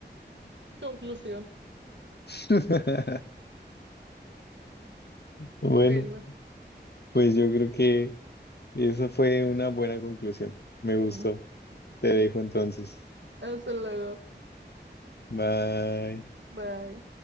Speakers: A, on the right; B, on the left.
A: Conclusión.
B: <laughs> Bueno,
A: Bueno,
B: pues yo creo que esa fue una buena conclusión. Me gustó.
A: mm,
B: Te dejo entonces.
A: hasta luego,
B: Bye.
A: bye.